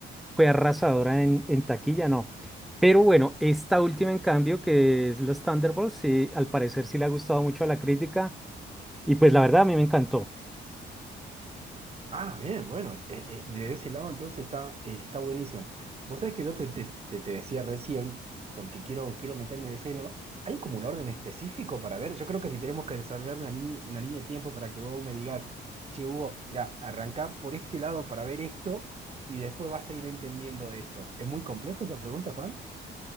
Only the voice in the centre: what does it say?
fue arrasadora en, en taquilla, no. Pero bueno, esta última en cambio, que es los Thunderbolts, sí, al parecer sí le ha gustado mucho a la crítica y pues la verdad a mí me encantó.